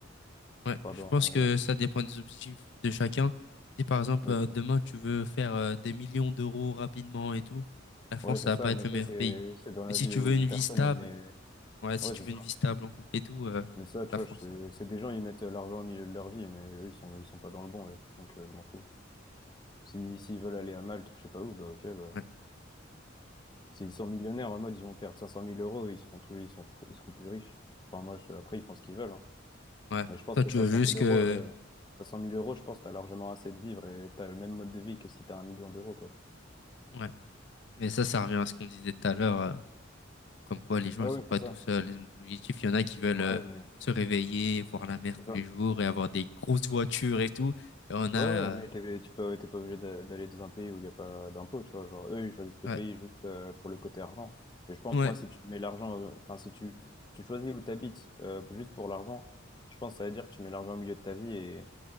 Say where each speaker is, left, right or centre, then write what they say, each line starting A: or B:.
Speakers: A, on the left; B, on the left.
A: Ouais,
B: Pardon,
A: je pense que
B: ouais.
A: ça dépend des objectifs de chacun. Si par exemple
B: Oui,
A: euh,
B: c'est
A: demain tu veux faire euh, des millions d'euros rapidement et tout, la France
B: ouais, c'est
A: ça
B: ça,
A: va pas
B: mais
A: être le
B: ça,
A: meilleur
B: c'est
A: pays.
B: c'est dans la
A: Mais si
B: vie
A: tu
B: où
A: veux
B: une
A: une vie
B: personne,
A: stable,
B: elle met.
A: ouais, si
B: Ouais,
A: tu
B: c'est
A: veux
B: ça.
A: une vie stable en couple et tout, euh,
B: Mais ça, tu
A: la
B: vois,
A: France
B: je- c'est
A: c'est un bon pays.
B: c'est des gens, ils mettent euh, l'argent au milieu de leur vie, mais eux, ils sont, ils sont pas dans le bon, ouais. Donc, euh, je m'en fous. Si, s'ils veulent aller à Malte ou je sais pas où, bah, ok, bah.
A: Ouais,
B: S'ils sont millionnaires, en mode, ils vont perdre cinq cent mille euros, ils seront tous, ils sont, ils seront plus riches. Enfin, moi, je- après, ils font ce qu'ils veulent, hein.
A: ouais.
B: Mais je pense
A: Toi
B: que
A: tu
B: cinq
A: veux
B: cent
A: juste
B: mille
A: que,
B: euros, euh, cinq cent mille euros, je pense que tu largement assez de vivre et t'as le même mode de vie que si t'as un million d'euros, quoi.
A: ouais. Mais ça, ça revient à ce qu'on disait tout à l'heure. euh, Comme quoi, les gens,
B: Ouais,
A: ils
B: ouais,
A: sont pas
B: c'est ça.
A: tous euh, les mêmes objectifs. Il y en a qui veulent
B: Ouais,
A: euh,
B: mais
A: se réveiller, voir la mer
B: c'est
A: tous
B: ça.
A: les jours et avoir des grosses voitures et tout. Et on a,
B: Ouais, ouais, mais
A: euh,
B: t'es, tu peux, t'es pas obligé d'a- d'aller dans un pays où il n'y a pas d'impôts, tu vois. Genre, eux, ils choisissent ce
A: ouais,
B: pays juste euh, pour le côté argent. Et je pense,
A: ouais,
B: moi, si tu mets l'argent, euh, enfin, si tu, si tu choisis où t'habites habites juste pour l'argent, je pense que ça veut dire que tu mets l'argent au milieu de ta vie et,